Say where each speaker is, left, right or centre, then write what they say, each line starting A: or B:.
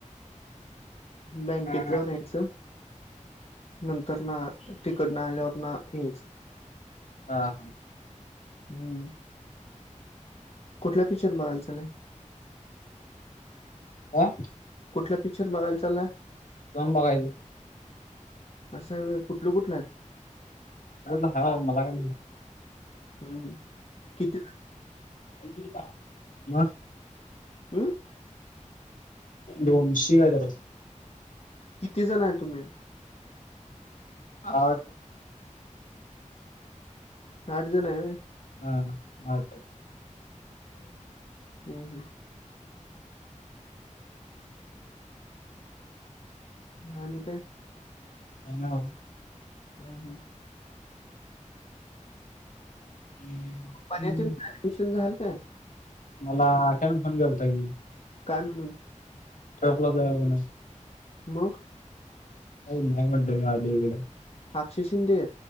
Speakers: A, on the left (about 50°); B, on the left (about 90°).
A: बँकेत
B: हा
A: जाऊन यायचं नंतर ना तिकडन आल्यावर ना यायचं
B: हा हा
A: हम्म कुठला पिक्चर बघायंला
B: का
A: कुठला पिक्चर बघाय चालय
B: जम बघायचं
A: असं कुठल कुठलं
B: ा मला का
A: हं. किती
B: <unintelligible> मग
A: हम्म
B: दोनशी काय तर
A: किती जण आहे तुम्ही?
B: आ
A: आठ जण आहे होय
B: हा
A: हम्म मा आणि काय?
B: हा
A: हम्म हम्म
B: हम्म,
A: पण्यातेनच ऍडमिशन झालं काय?
B: मला अख्यान फोन केल होता की?
A: काय म्हणून
B: ठपला जाऊ या म्हणून
A: मग
B: हो नाही म्हणते मी आली इकडं
A: अक्षी शिंदे